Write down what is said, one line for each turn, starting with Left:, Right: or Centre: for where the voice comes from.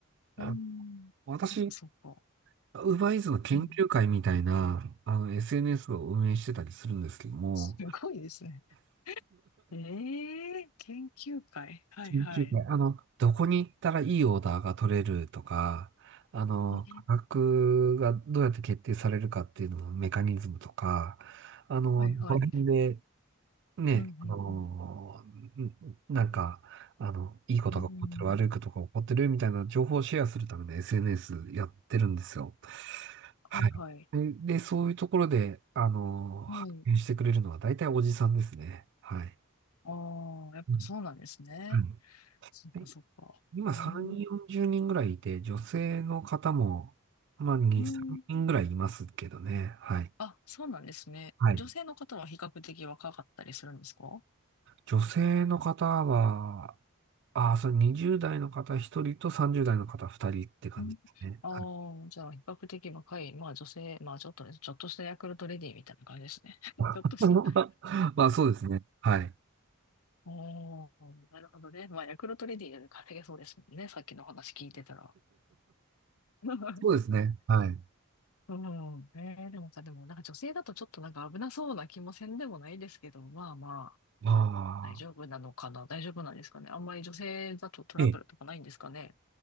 Right: あ、
Left: うーん。
Right: 私、
Left: そっかそっか。
Right: ウーバーイーツの研究会みたいな、
Left: うん。
Right: あの、SNS を運営してたりするんですけども、
Left: すごいですね。ええ研究会。はいはい。
Right: 研究会、あの、どこに行ったらいいオーダーが取れるとか、あの、
Left: うん、
Right: 価格がどうやって決定されるかっていうののメカニズムとか、あの、
Left: はいはい。
Right: どこの辺でね、
Left: うん、うん、
Right: あのーんなんか、あの、いいことが起こってる、
Left: うん。うん
Right: 悪いことが起こってるみたいな情報をシェアするための SNS やってるんですよ。
Left: はいはい。
Right: はい。で、でそういうところで、あのー発見してくれるのは大体おじさんですね。
Left: はい。
Right: はい。
Left: ああ、やっぱそうなんですね。
Right: うんはい。
Left: そっかそっか。
Right: で今3、
Left: うん。
Right: 40人ぐらいいて、女性の方も、まあ2、
Left: うん。
Right: 3人ぐらいいますけどね。はい。
Left: あ、そうなんですね。
Right: はい。
Left: 女性の方は比較的若かったりするんですか
Right: 女性の方は、ああ、それ20代の方1人と30代の方2人って感じですね。
Left: うん。ああ、
Right: はい
Left: じゃあ比較的若い、まあ女性、まあちょっとね、ちょっとしたヤクルトレディーみたいな感じですね。<laughs> ちょっとした。
Right: <laughs> まあそうですね。はい。
Left: おー、なるほどね。まあヤクルトレディーより稼げそうですもんね。さっきの話聞いてたら。<laughs>
Right: そうですね。はい。
Left: うん。えー、でもさ、でもなんか女性だとちょっとなんか危なそうな気もせんでもないですけど、まあまあ、
Right: まあ、
Left: 大丈夫なのかな大丈夫なんですかねあんまり女性だとトラブルとかないんですかね
Right: ええ、